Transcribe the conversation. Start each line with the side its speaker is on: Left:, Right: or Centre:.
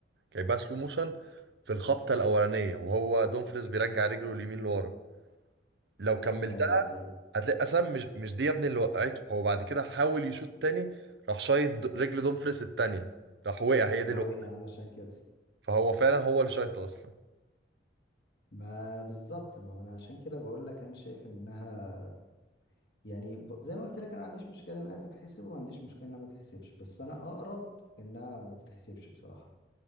Right: جايبها سلو موشن في الخبطة الأولانية وهو دومفريز بيرجع رجله اليمين لورا لو كملتها
Left: ايوه ايوه
Right: هتلاقي أسام مش مش دي يا ابني اللي وقعته هو بعد كده حاول يشوط تاني راح شايط د- رجل دومفريز التانية راح وقع هي دي
Left: فوقع
Right: اللي وقعته
Left: علشان كده
Right: فهو فعلا هو اللي شايطه أصلا
Left: ما بالظبط ما انا عشان كده بقول لك انا شايف انها يعني ب... زي ما قلت لك انا ما عنديش مشكله انها تتحسب وما عنديش مشكله انها ما تتحسبش بس انا اقرب انها ما تتحسبش بصراحه